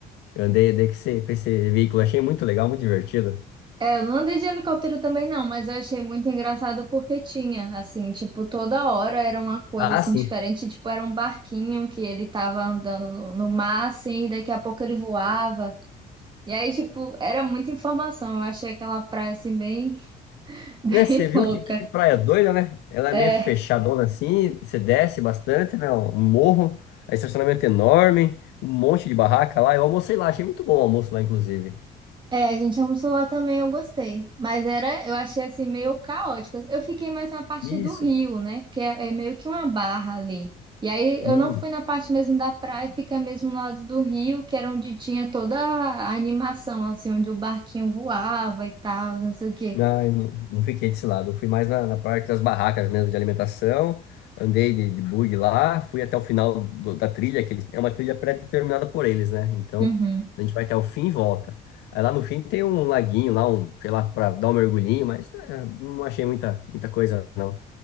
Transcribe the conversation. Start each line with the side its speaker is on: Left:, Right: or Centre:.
Left: Eu andei, andei com esse, com esse veículo, achei muito legal, muito divertido.
Right: É, eu não andei de helicóptero também não, mas eu achei muito engraçado porque tinha, assim, tipo, toda hora era uma coisa,
Left: Ah,
Right: assim,
Left: sim.
Right: diferente, tipo, era um barquinho que ele tava andando no, no mar, assim, e daqui a pouco ele voava, e aí, tipo, era muita informação, eu achei aquela praia, assim, bem, <laughs> bem
Left: Né, você viu
Right: louca.
Left: que, que praia doida, né? Ela
Right: É,
Left: é meio fechadona assim, você desce bastante, né? Um um morro, aí estacionamento enorme, um monte de barraca lá. Eu almocei lá, achei muito bom o almoço lá, inclusive.
Right: É, a gente almoçou lá também, eu gostei. Mas era, eu achei assim meio caótico. Eu fiquei mais na parte
Left: Isso.
Right: do rio, né? Que é, é meio que uma barra ali. E aí eu
Left: Hum.
Right: não fui na parte mesmo da praia, fica mesmo no lado do rio, que era onde tinha toda a animação, assim, onde o barquinho voava e tal, não sei o quê.
Left: Ah, eu não, não fiquei desse lado. Eu fui mais na, na parte das barracas mesmo de alimentação. Andei de, de bug lá, fui até o final do- da trilha, que eles, é uma trilha pré-determinada por eles, né? Então,
Right: Uhum.
Left: a gente vai até o fim e volta. Aí lá no fim tem um laguinho lá, um, sei lá, para dar um mergulhinho, mas é, não achei muita, muita coisa, não.